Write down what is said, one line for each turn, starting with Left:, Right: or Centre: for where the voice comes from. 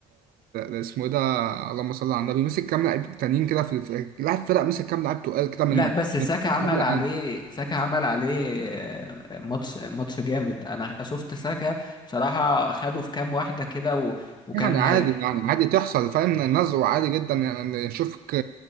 Right: آه، اسمه ايه ده اللهم صل على النبي مسك كام لاعب تانيين كده في في- لاعب فرق مسك كام لاعب تقال كده من
Left: لا بس ساكا عمل
Right: من
Left: عليه ساكا عمل عليه آه، ماتش ماتش جامد انا شفت ساكا بصراحة خده في كام واحدة كده و... وكان
Right: يعني عادي
Left: هي
Right: يعني عادي تحصل فاهم النزوة عادي جدا يعني اشوفك